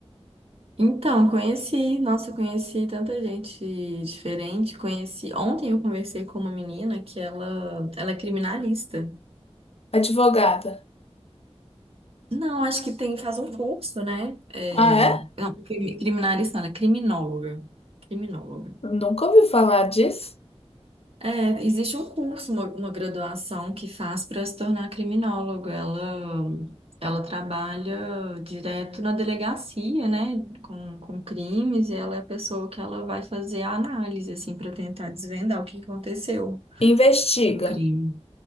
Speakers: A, on the right (about 60°); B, on the left (about 65°).
A: Então, conheci, nossa, eu conheci tanta gente diferente. Conheci, ontem eu conversei com uma menina que ela, ela é criminalista.
B: Advogada.
A: Não, acho que tem, faz um curso, né? É,
B: Ah, é?
A: não, crimi- criminalista, não, ela é criminóloga. Criminóloga.
B: Nunca ouvi falar disso.
A: É, existe um curso, uma, uma graduação que faz para se tornar criminólogo. Ela, ela trabalha direto na delegacia, né, com, com crimes, e ela é a pessoa que ela vai fazer a análise, assim, para tentar desvendar o que aconteceu
B: Investiga.
A: no crime.